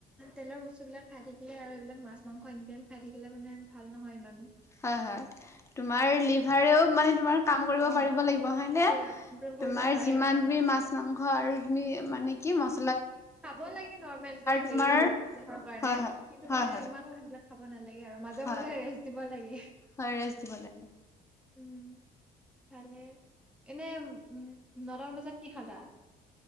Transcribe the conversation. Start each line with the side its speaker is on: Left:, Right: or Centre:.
Centre: তেলৰ বস্তুবিলাক খাই থাকিলে আৰু এইবিলাক মাছ মাংস এনি টাইম খাই থাকিলে মানে ভাল নহয় ইমান
Left: হয় তোমাৰ লিভাৰেও মানে তোমাৰ কাম কৰিব
Centre: অ
Left: পাৰিব লাগিব হয়
Centre: সেইটোয়ে
Left: নে?
Centre: কন্ট্ৰল কৰিব
Left: তোমাৰ
Centre: নোৱাৰে
Left: যিমান
Centre: কিছুমান
Left: তুমি মাছ মাংস আৰু তুমি
Centre: উম
Left: মানে কি ম
Centre: খাব লাগে নৰ্মেল কে হেৰি
Left: তোমাৰ
Centre: দেহাৰ কাৰণে
Left: হয়, হয়,
Centre: কিন্তু
Left: হয়,
Centre: মানে
Left: হয়,
Centre: ইমানো সেইবিলাক খাব নালাগে আৰু আৰু মাজে
Left: হয়,
Centre: মাজে ৰেষ্ট দিব লাগে।
Left: হয় ৰেষ্ট দিব লাগে
Centre: উম ভালে এনে উম নটামান বজাত কি খালা